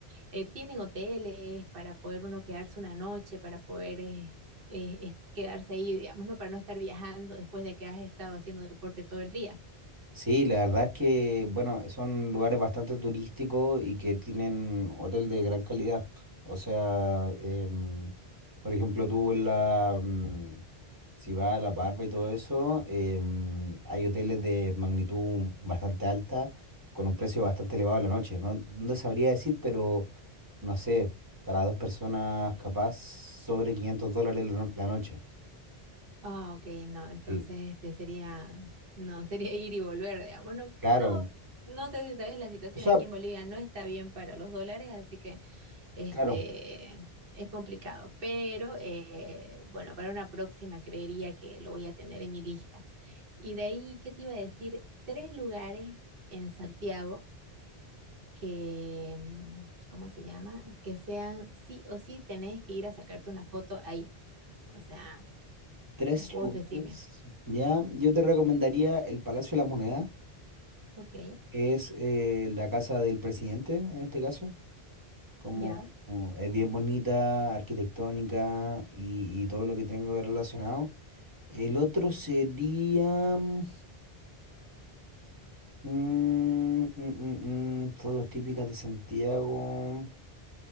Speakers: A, on the right; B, on the right.
A: eh, tienen hoteles para poder uno quedarse una noche, para poder... eh, eh, es- quedarse ahí, digamos, ¿no? Para no estar viajando después de que has estado haciendo deporte todo el día.
B: Sí, la verdad es que, bueno, son lugares bastante turísticos y que tienen hotel de gran calidad. O sea, em, por ejemplo, tú en la, mm, si vas a La Parva y todo eso, em, hay hoteles de magnitud bastante alta, con un precio bastante elevado en la noche. No, no sabría decir, pero no sé, para dos personas capaz sobre 500 dólares la no- la noche.
A: Ah, ok, no, entonces
B: Sí,
A: este sería, no, sería <laughs> ir y volver, digamos. No,
B: claro.
A: no, no sé si sabes la situación
B: O sea,
A: aquí en Bolivia no está bien para los dólares, así que este
B: claro,
A: es complicado. Pero eh, bueno, para una próxima creería que lo voy a tener en mi lista. Y de ahí, ¿qué te iba a decir? Tres lugares en Santiago que, mm, ¿cómo se llama? Que sean sí o sí tenés que ir a sacarte una foto ahí. O sea,
B: Tres
A: vos
B: lugares.
A: decime.
B: Ya, yo te recomendaría el Palacio de la Moneda,
A: Ok.
B: que es eh, la casa del presidente en este caso. Como,
A: Ya,
B: como es bien bonita, arquitectónica y, y todo lo que tenga que ver relacionado. El otro sería mm, mm, mm, mm, fotos típicas de Santiago.